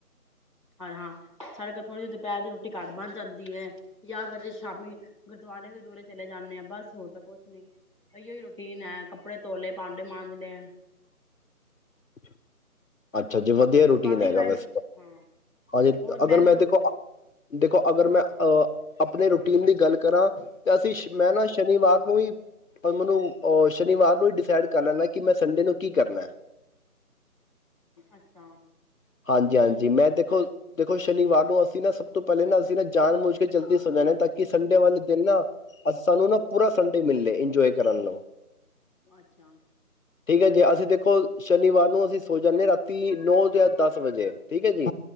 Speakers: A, on the right; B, on the left.
A: ਅਰ ਹਾਂ, ਸਾਡੇ ਘਰ ਥੋੜ੍ਹੀ ਜੀ ਦੁਪੈਰ ਦੀ ਰੋਟੀ ਘੱਟ ਬਣ ਜਾਂਦੀ ਏ। ਯਾ ਫੇਰ ਰ ਸ਼ਾਮੀ ਗੁਰਦੁਆਰੇ ਗੁਰਦੂਰੇ ਚਲੇ ਜਾਂਣੇ ਆ ਬਸ ਹੋਰ ਤਾਂ ਕੋਛ ਨਹੀਂ, ਅਹੀਔ ਰੂਟੀਨ ਹੈ ਕੱਪੜੇ ਧੋ ਲੇ ਭਾਂਡੇ ਮਾਂਜ ਲੇ।
B: <unintelligible> ਅੱਛਾ ਜੀ ਵਧੀਆ ਰੂਟੀਨ
A: ਤੁਹਾਡੀ
B: ਹੈਗਾ
A: ਵਾਈ
B: ਵੈਸੇ ਤਾਂ
A: ਹਾਂ
B: ਹਾਂਜੀ
A: ਹੋਰ
B: ਅਗਰ
A: ਬੈਂਕ
B: ਮੈਂ ਦੇਖੋ, ਦੇਖੋ ਅਗਰ ਮੈਂ ਆ ਆਪਣੀ ਰੂਟੀਨ ਦੀ ਗੱਲ ਕਰਾਂ, ਤੇ ਅਸੀਂ ਮੈਂ ਨਾ ਸ਼ਨੀਵਾਰ ਨੂੰ ਵੀ, ਪਰ ਮੈਨੂੰ ਅ ਸ਼ਨੀਵਾਰ ਨੂੰ ਹੀ ਡਿਸਾਈਡ ਕਰ ਲੈਂਨਾ ਕਿ ਮੈਂ ਸੰਡੇ ਨੂੰ ਕੀ ਕਰਨਾ।
A: ਅੱਛਾਂ,
B: ਹਾਂਜੀ ਹਾਂਜੀ ਮੈਂ ਦੇਖੋ ਦੇਖੋ ਸ਼ਨੀਵਾਰ ਨੂੰ ਅਸੀਂ ਨਾ ਸਭ ਤੋਂ ਪਹਿਲੇ ਨਾ ਅਸੀਂ ਨਾ ਜਾਣ ਬੁੱਝ ਕੇ ਜਲਦੀ ਸੋ ਜਾਦੇ ਹਾਂ ਤਾਂ ਕਿ ਸੰਡੇ ਵਾਲੇ ਦਿਨ ਨਾ ਸਾਨੂੰ ਨਾ ਪੂਰਾ ਸੰਡੇ ਮਿਲੇ ਇੰਜੋਏ ਕਰਨ ਨੂੰ,
A: ਅੱਛਾ
B: ਠੀਕ ਐ ਜੇ ਅਸੀਂ ਦੇਖੋ। ਸ਼ਨੀਵਾਰ ਨੂੰ ਅਸੀਂ ਸੋ ਜਾਂਨੇ ਆ ਰਾਤੀ ਨੌ ਜਾ ਦਸ ਵੱਜੇ ਠੀਕ ਐ ਜੀ,